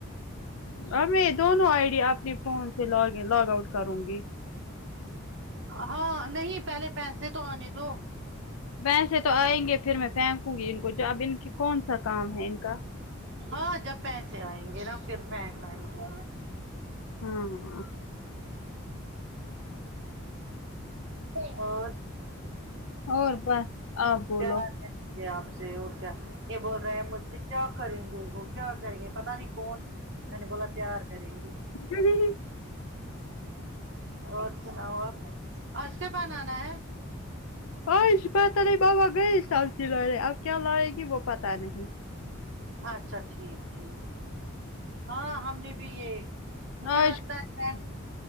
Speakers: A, on the left; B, on the right.
A: اب میں دونوں آئی ڈی اپنی فون سے لوگ ان لوگ آؤٹ کروں گی
B: ہاں نہیں پہلے پیسے تو آنے دو
A: ویسے تو آئیں گے پھر میں پھینکوں گی ان کو جو اب ان کے کون سا کام ہے ان کا
B: ہاں جب پیسے آئیں گے نا پھر پھینکنا انکو
A: ہاں
B: اور
A: اور بس آپ بولو
B: پیار کریں آپ سے اور کیا یہ بول رہے ہیں مجھ سے کیا کریں گے وہ کیا کریں گے پتا نہیں کون میں نے بولا پیار کریں گے
A: <unintelligible>
B: اور سناؤ آپ آج کیا بنانا ہے
A: آج پتہ نہیں بابا گئے سبزی لانے اب کیا لائے گی وہ پتا نہیں
B: اچھا ٹھیک ٹھیک ٹھیک ہاں ہم نے بھی یہ مجھے
A: آج
B: لگتا ہے